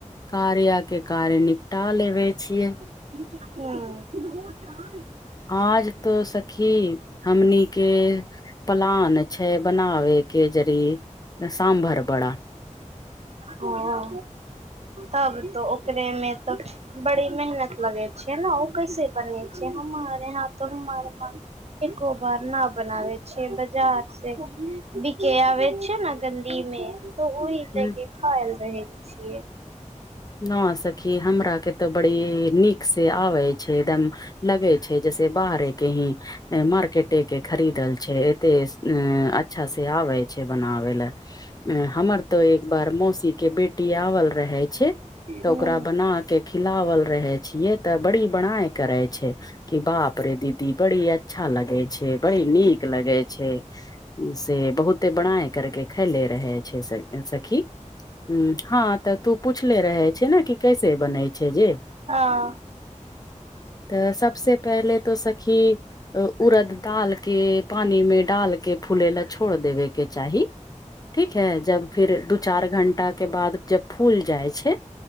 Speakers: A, on the left (about 30°); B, on the right (about 55°).
A: कार्य के कार्य निपटा लेबे छियै
B: हं
A: आज त सखी हमनीे पलन छै बनाव के जरी स्भर बड़ा
B: हँ तब तऽ ओकरे में तऽ <unintelligible> बड़ी मेहनत लगे छैै ने ओ कैसे बने छै हमर एह त हमर मन एको बार न बनाबे छ बाजार से बिके आबे छै ने गली में वही
A: ह
B: ले के खाय ल रहे छियै
A: न सखी हमरा के ते बड़ी नीक से आवे दम लगे छै जैसे बाहरे के ही मार्केट एते के खरीदल छै एते अच्छा से आवे छ बनाबे लए हमर तऽ एक बार मौसी के बेटी आवल रहे छै त
B: हूँ
A: ओकरा बना क खिलावल रहै छियै तऽ बड़ी बराई करै छै की बाप रे दीदी बड़ी अच्छा लगे छै बड़ी नीक लगै छै से बहुते बराई करके खले रहै छै सखी हम्म हँ तऽ तू पुछले रहे छ ने कि कैसे बनै छै जे
B: हँ
A: तऽ सबसे पहले तो सखी उड़द दाल के पानी में डालके फूले ला छोड़ देबे के चाही ठीक है जब फिर दू चार घंटाके बाद जब फूल जाइ छै